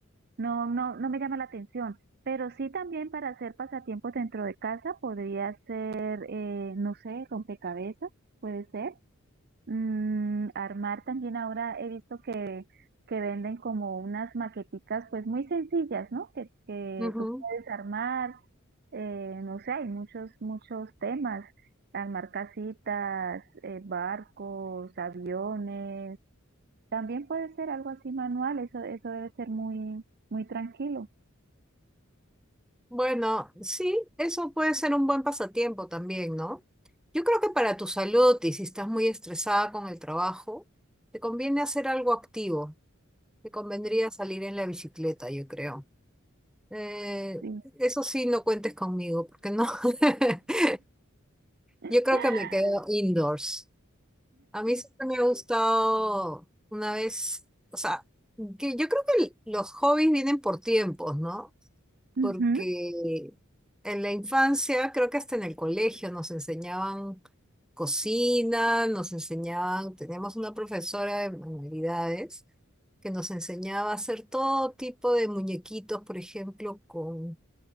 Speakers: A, on the right; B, in the centre.
A: No, no, no me llama la atención, pero sí también para hacer pasatiempos dentro de casa podría ser, eh, no sé, rompecabezas, puede ser. Mm, armar también ahora he visto que, que venden como unas maqueticas pues muy sencillas, ¿no? Que, que
B: Ujú.
A: tú puedes armar, eh, no sé, hay muchos, muchos temas, armar casitas, eh, barcos, aviones, también puede ser algo así manual, eso, eso debe ser muy, muy tranquilo.
B: Bueno, sí, eso puede ser un buen pasatiempo también, ¿no? Yo creo que para tu salud y si estás muy estresada con el trabajo, te conviene hacer algo activo. Te convendría salir en la bicicleta, yo creo. Eh,
A: Sí.
B: eso sí, no cuentes conmigo, porque no. <laughs>
A: <laughs>
B: Yo creo que me quedo indoors. A mí siempre me ha gustado una vez, o sea, que yo creo que el- los hobbies vienen por tiempos, ¿no? porque
A: Ujú,
B: en la infancia, creo que hasta en el colegio nos enseñaban cocina, nos enseñaban, teníamos una profesora de manualidades que nos enseñaba a hacer todo tipo de muñequitos, por ejemplo, con,